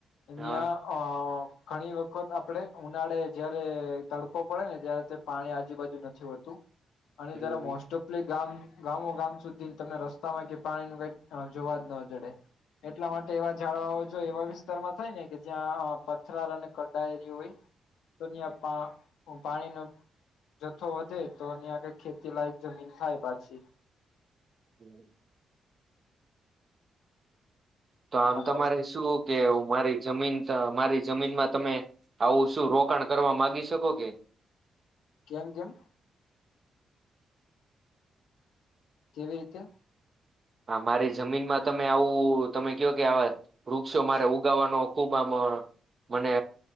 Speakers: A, on the right (about 45°); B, on the left (about 75°).
A: હા
B: ન્યાં અ ઘણી વખત આપડે ઉનાળે જયારે તડકો પડે ને જય્યારે તે પાણી આજુબાજુ નથી હોતું. અને
A: હમ
B: જયારે મોસ્ટ ઓફલી ગામ ગામો ગામ સુધી. તમને રસ્તામાં કે પાણી ન કઈ જોવા જ ન જડે. એટલા માટે એવા જાડવાઓ જો એવા વિસ્તારમાં થાય ને કે જ્યાં પથરાલ અને કડા એરીઓ હોય.
A: <inaudible>
B: તો ન્યાં પા હું પાણીનો જથ્થો વધે તો ન્યાં કઈ ખેતી લાયક જમીન થાય પાછી.
A: હમ્મ. તો આમ
B: હલો
A: તમારે શું કે મારી જમીન મારી જમીનમાં તમે આવું શું રોકાણ કરવા માંગી શકો કે.
B: કેમ-કેમ. કેવી રીતે.
A: અમારી જમીનમાં તમે આવું તમે કયો કે આવા વૃક્ષો મારે ઉગાવાનો ખુબ આમ મને